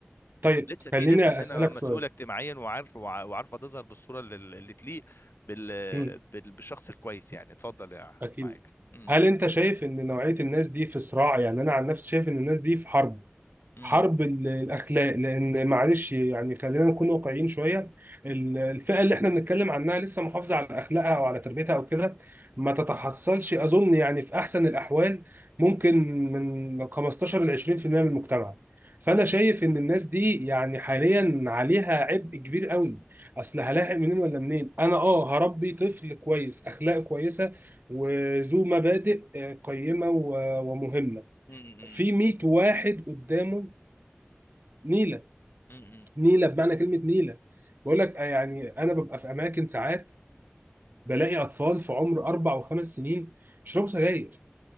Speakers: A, on the right; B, on the left.
A: طيب
B: لسه في
A: خليني
B: ناس مننا
A: اسالك
B: مسؤوله
A: سؤال
B: اجتماعيا وعارف وع- وعارفه تظهر بالصوره اللي اللي تليق بال...
A: مم.
B: بال... بالشخص الكويس يعني اتفضل يا حسن
A: اكيد
B: معاك امم
A: هل انت شايف ان نوعيه الناس دي في صراع يعني انا عن نفسي شايف ان الناس دي في حرب
B: امم
A: حرب ال- الاخلاق لان معلش يعني خلينا نكون واقعيين شويه ال- الفئه اللي احنا بنتكلم عنها لسه محافظه على اخلاقها او على تربيتها او كده ما تتحصلش اظن يعني في احسن الاحوال ممكن من 15 ل 20% من المجتمع فانا شايف ان الناس دي يعني حاليا عليها عبء كبير قوي اصل هلاحق منين ولا منين انا اه هربي طفل كويس اخلاقه كويسه وذو مبادئ آه، قيمه و- ومهمه
B: امم امم
A: في 100 واحد قدامه نيله
B: امم
A: نيله بمعنى كلمه نيله بقول لك آه، يعني انا ببقى في اماكن ساعات بلاقي اطفال في عمر اربع وخمس سنين بيشربوا سجاير